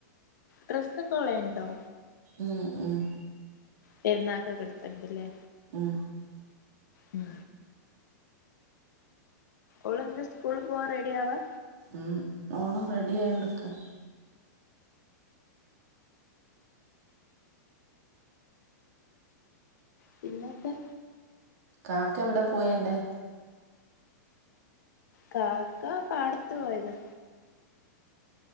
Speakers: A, on the left; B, on the right.
A: ഡ്രസ്സൊക്കോളെ ണ്ടോ
B: ആഹ് ആഹ്
A: പെരുന്നാക്കൊക്കെ ഇട്ത്ത് കൊടുത്തില്ലേ
B: ഉം
A: ഉം ഓളെന്താ സ്കൂള് പോവാ റെഡിയാവാ
B: ഉം ഓള് റെഡിയായോണ്ട്ക്കാ
A: പിന്നെന്താ
B: കാക്ക എവിടെ പോയെന്റെ
A: കാക്ക പാടത്തു പോയതാ